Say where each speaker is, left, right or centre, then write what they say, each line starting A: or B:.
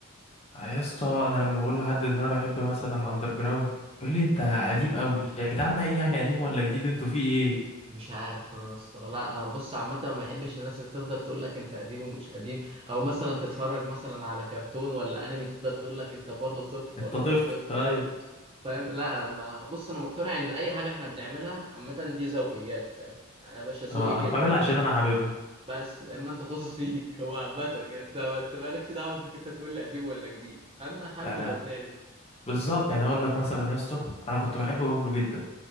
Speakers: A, on the left; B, on the right.
A: يا اسطى انا لما بقول لحد ان انا بحب مثلا اندر جراوند يقول لي انت قديم قوي يا جدعان ما ايه يعني قديم ولا جديد انتوا في ايه
B: مش عارف انا يا اسطى لا انا بص عامه ما بحبش الناس اللي تفضل تقول لك انت قديم ومش قديم او مثلا تتفرج مثلا على كرتون ولا انمي تفضل تقول لك انت برضه طفل
A: انت
B: ولا
A: طفل
B: مش طفل
A: ايوه
B: فاهم لا ما بص انا مقتنع ان اي حاجه احنا بنعملها عامه دي ذوقيات فاهم يعني يا باشا ذوقي
A: اه
B: كده
A: انا بعملها عشان انا حاببها
B: بس لما انت طز فيك <laughs> هو عامة كده، انت انت مالكش دعوة انك انت تقول لي قديم ولا جديد انا حابب
A: يعني
B: الاغنية دي
A: بالظبط يعني اقول لك مثلا يا اسطى انا كنت بحب بابلو جدا